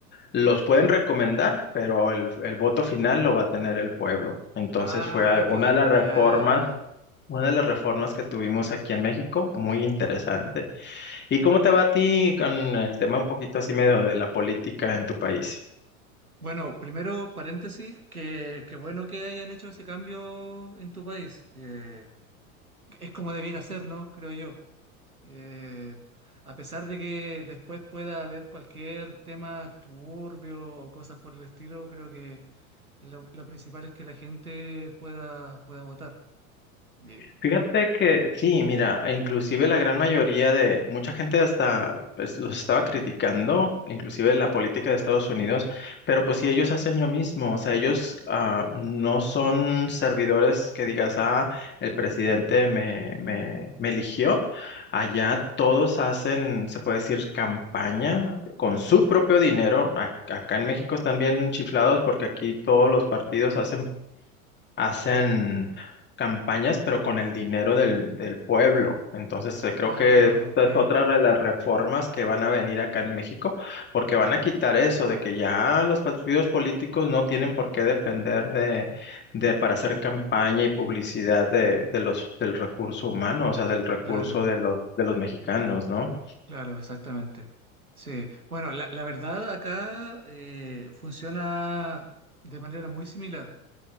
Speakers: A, on the left; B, on the right.
A: los pueden recomendar, pero el, el voto final lo va a tener el pueblo. Entonces
B: Ah,
A: fue a- una
B: qué genial.
A: de las reformas. Una de las reformas que tuvimos aquí en México, muy interesante. ¿Y cómo te va a ti con el tema un poquito así medio de la política en tu país?
B: Bueno, primero paréntesis, que, que bueno que hayan hecho ese cambio en tu país. Eh, es como debiera ser, ¿no? Creo yo. Eh, a pesar de que después pueda haber cualquier tema turbio o cosas por el estilo, creo que lo, lo principal es que la gente pueda, pueda votar. Y-
A: Fíjate que sí, mira, e inclusive la gran mayoría de mucha gente hasta pues, los estaba criticando, inclusive la política de Estados Unidos, pero pues si ellos hacen lo mismo, o sea, ellos ah, no son servidores que digas, ah, el presidente me, me, me eligió, allá todos hacen, se puede decir, campaña con su propio dinero, Ac- acá en México están bien chiflados porque aquí todos los partidos hacen hacen campañas, pero con el dinero del, del pueblo. Entonces, eh, creo
B: Ah,
A: que esta
B: ok,
A: es otra de las reformas que van a venir acá en México, porque van a quitar eso de que ya los partidos políticos no tienen por qué depender de, de para hacer campaña y publicidad de, de los, del recurso humano, o sea, del recurso
B: claro.
A: de los, de los mexicanos, ¿no?
B: Claro, exactamente. Sí. Bueno, la, la verdad acá eh, funciona de manera muy similar.